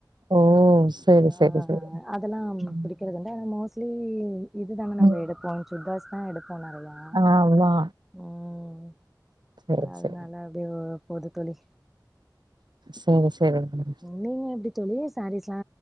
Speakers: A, on the right; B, in the centre.
A: ஓ சேரி
B: ஆ
A: சேரி
B: ஆ
A: சேரி
B: ஆ அதெல்லாம்
A: ம்
B: பிடிக்கறது உண்டு ஆனா மோஸ் கிளின் இதுதாங்க நம்ப
A: ம்.
B: எடுப்போம் சுடிதார்ஸ் தா எடு போ நறயா
A: ஆமா
B: ம்
A: சேரி
B: அதனால
A: சேரி
B: அப்டே ஓ போது தோழி
A: சேரி சேரிங்க
B: நீங்க எப்டி தோழி சேரீஸ்லா